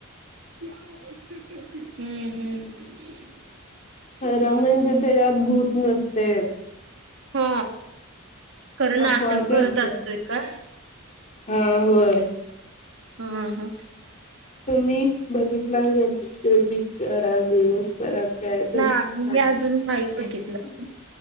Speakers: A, on the right (about 65°); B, on the left (about 35°).
A: हम्म. हम्म.
B: खरं म्हणजे ते यात भूत नसतेच.
A: हो खरं
B: अपवाद
A: नाटक करत
B: असते
A: असतोय का.
B: हा होय.
A: हा. ह. हा.
B: तुम्ही बघितला <inaudible> तर पिक्चर आज दिवसभरात काय झोप
A: नाही मी
B: लागली
A: अजून
B: नाही.
A: बघितलं